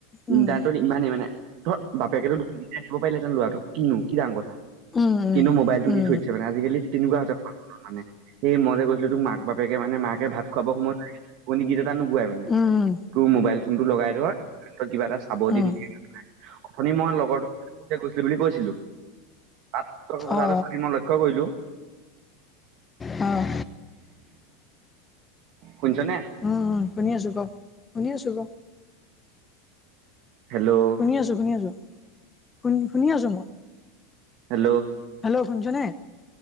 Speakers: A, on the left; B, on the right.
A: উম
B: ইণ্টাৰনেটত ইমানেই মানে- ধৰ, বাপেকেতো ধৰিকিনে ৰাখিব পাৰিলেহেঁতেন লৰাটোক কিনো কি ডাঙৰ কথা?
A: উম উম
B: কিন্তু, মোবাইলটো
A: উম
B: দি থৈছে দিছে মানে, আজিকালি তেনেকুৱা হৈছে মানৰ মানে সেই মইযে কৈছিলোঁ তোক মাক বাপেক- এ মানে মাকে ভাত খুৱাব সময়ত নিচুকণী গীত এটা নুগোৱাই মানে।
A: উম উম
B: তোৰ মোবাইল ফোন টো লগাই ধৰ তয় কিবা এটা চাব
A: উম
B: দি দিলেহে ভাল পায়। অথনি মই লগৰোক গৈছিলোঁ বুলি কৈছিলোঁ। আত টকা কথা
A: অ
B: এটা চি মই লক্ষ্য কৰিলোঁ।
A: অ'
B: শুনিছনে?
A: উম' উম' শুনি আছোঁ ক, শুনি আছোঁ ক।
B: হেল্লৌ'
A: শুনি আছোঁ, শুনি আছোঁ, শুনি শুনি আছোঁ মই।
B: হেল্লৌ'
A: হেল্লৌ' শুনিছনে?